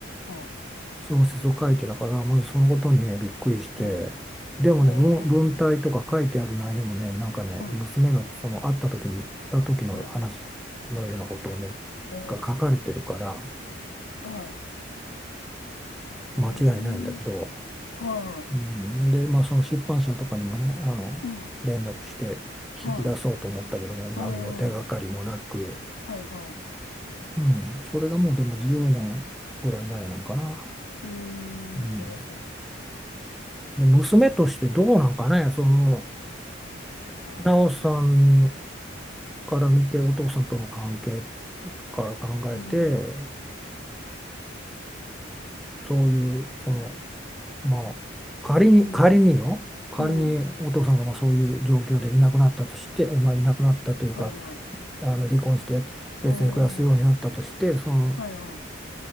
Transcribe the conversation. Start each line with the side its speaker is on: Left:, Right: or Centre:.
Left: は
Centre: 小説を書いてたからまずそのことにねびっくりしてでもね文、
Left: い。うん。ええ
Centre: 文体とか書いてある内容もねなんかね娘がその会った時に行った時の話
Left: うん、はい。
Centre: のようなことをね
Left: おー、
Centre: が書かれてるから
Left: は
Centre: 間違いないんだけど、
Left: い。えー、はい。
Centre: うん、でまあその出版社とかにもねあの連絡して聞き出そうと思ったけども何の手がかりもなく、
Left: うん、はい。ああ、はい、はい。
Centre: うん、それがもうでも10年ぐらい前なんかな。
Left: うーん、
Centre: うん
Left: なるほど。
Centre: で娘としてどうなんかね、その、
Left: あー、
Centre: なおさんから見て、お父さんとの関係から考えて、
Left: うん、
Centre: そういう、その、まあ、仮に、
Left: うん、
Centre: 仮によ、仮にお父さんがまあそういう状況でいなくなったとして、
Left: うん、
Centre: まあ、いなくなったというか、
Left: はい、はい。
Centre: あの離婚して別に暮らすようになったとして、
Left: ああ
Centre: その、
Left: はい、はい。